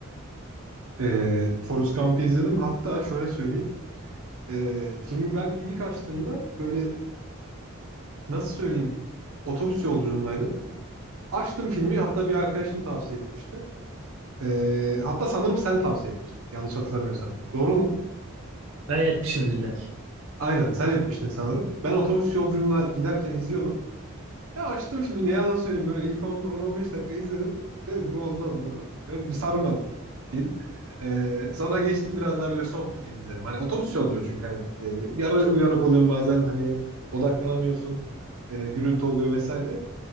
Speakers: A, on the right; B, on the right.
A: Ee, Forrest Gump'ı izledim. Hatta şöyle söyleyeyim. Ee, filmi ben ilk açtığımda böyle nasıl söyleyeyim otobüs yolculuğundaydım. Açtım filmi hatta bir arkadaşım tavsiye etmişti. Ee, hatta sanırım sen tavsiye etmiştin. Yanlış hatırlamıyorsam. Doğru mu?
B: Ben yetmişimdir illa ki.
A: Aynen sen etmiştin sanırım. Ben otobüs yolculuğunda giderken izliyordum. Ya açtım filmi ne yalan söyleyeyim böyle ilk 10 10-15 dakika izledim. Dedim bu olmaz baba. Dedim bu sarmadı film. Ee, sonra geçtim biraz daha böyle soft bir film izledim. Hani otobüs yolculuğu çünkü hani e, yarı uyanık oluyorsun bazen hani odaklanamıyorsun. E, gürültü oluyor vesaire.